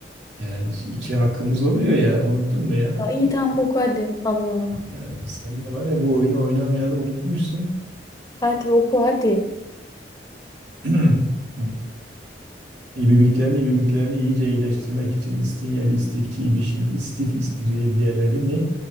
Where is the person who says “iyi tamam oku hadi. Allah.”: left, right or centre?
Left